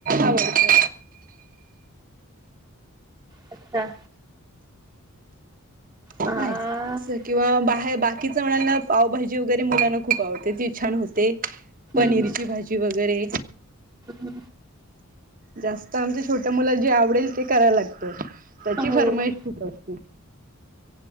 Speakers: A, on the right; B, on the right.
A: आवडतं.
B: अच्छा.
A: आहे
B: अ हम्म
A: अस किंवा बाहेर बाकीच म्हणाला पावभाजी वगैरे मुलांना खूप आवडते ती छान होते पनीरची
B: हम्म
A: भाजी, वैगरे
B: हम्म,
A: जास्त आमच्या छोट्या मुलं जे आवडेल ते करायला लागत त्याची
B: हम्म. हो
A: फरमाईश खूप असते.